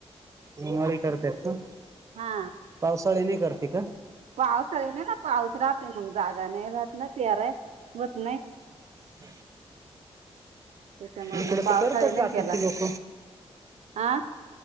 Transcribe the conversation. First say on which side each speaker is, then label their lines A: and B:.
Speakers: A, on the right; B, on the right.
A: उन्हाळी करत्यात का?
B: हा
A: पावसाळी नाई करती का?
B: पावसाळी नाय ना पाऊस राहतय मग जागा नाय राहत ना पेराय होत नाय
A: <inaudible>
B: त्याच्यामुळे
A: इकड
B: मग पावसाळी
A: त करतात
B: नाही
A: बाकीची
B: केला
A: लोक
B: आ